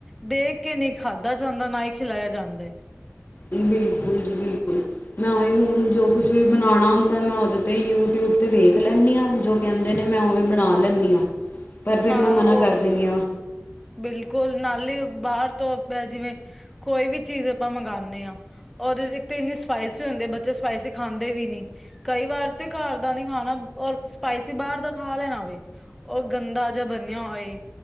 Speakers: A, in the centre; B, on the left.
A: ਦੇਖ ਕੇ ਨਹੀਂ ਖਾਧਾ ਜਾਂਦਾ ਨਾ ਹੀ ਖਿਲਾਇਆ ਜਾਂਦਾ ਏ।
B: ਬਿਲਕੁਲ ਜੀ ਬਿਲਕੁਲ ਮੈਂ ਹੁਣ ਜੋ ਕੁਛ ਵੀ ਬਣਾਣਾ ਹੁੰਦਾ ਮੈਂ ਉਹਦੇ 'ਤੇ ਯੂਟਿਊਬ 'ਤੇ ਵੇਖ ਲੈਂਦੀ ਆ, ਜੋ ਕਹਿੰਦੇ ਨੇ ਮੈਂ ਉਵੇ ਬਣਾ ਲੈਂਦੀ ਆ।
A: <inaudible>
B: ਪਰ ਫਿਰ ਮੈਂ ਮਨਾ
A: ਉਹ
B: ਕਰ ਦਿੰਦੀ ਆ।
A: ਬਿਲਕੁਲ, ਨਾਲੇ ਬਾਰ ਤੋ ਬੈ ਜਿਵੇਂ ਕੋਈ ਵੀ ਚੀਜ਼ ਆਪਾ ਮੰਗਾਨੇ ਆਂ। ਔਰ ਏਕ ਤੇ ਏਨੇ ਸਪਾਈਸੀ ਹੁੰਦੇ, ਬੱਚਾ ਸਪਾਈਸੀ ਖਾਂਦੇ ਵੀ ਨੀ। ਕਈ ਵਾਰ ਤੇ ਘਰ ਦਾ ਨੀ ਖਾਨਾ ਔਰ ਸਪਾਈਸੀ ਬਾਰ ਦਾ ਖਾ ਲੈਣਾ ਵੇ। ਓ ਗੰਦਾ ਜੇਹਾ ਬਨੇਯਾ ਹੋਏ।